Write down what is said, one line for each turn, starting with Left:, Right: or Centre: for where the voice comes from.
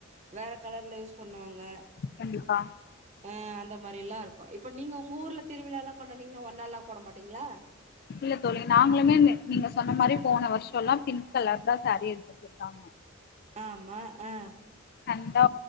Right: வேற கலர்ல யூஸ் பண்ணுவாங்க
Left: கண்டிப்பா.
Right: ஆ அந்த மாறியேல்லா ருக் ப்பா இப்ப நீங்க உங் ஊர்ல திருவிழாலா கொண்டாட்னீங்க ஒன்னாலா போட மாட்டிங்களா
Left: இல்ல தோழி நாங்ளுமே நீங்- நீங்க சொன்ன மாரி போன வருஷ்ஷோலா பிங்க் கலர் தா சாரி எடுத்து குத்தாங்க
Right: ஆமா அ
Left: கண்டா